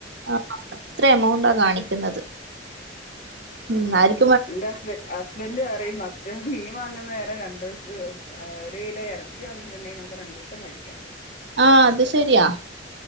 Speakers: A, on the right; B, on the left.
A: ആഹ് അത്ര എമൗണ്ടാ കാണിക്കുന്നത് ന്നാലും
B: ന്റ ഹസ്ബൻ ഹസ്ബന്റ് പറയും മ ദ മീൻ വാങ്ങുന്നേരം രണ്ടോസം അ ഒരു കിലോ എറച്ചി വാങ്ങിട്ടുണ്ടെങ്കി നമുക്ക് രണ്ടു സം കഴിക്കാം.
A: ആഹ് അത് ശരിയാ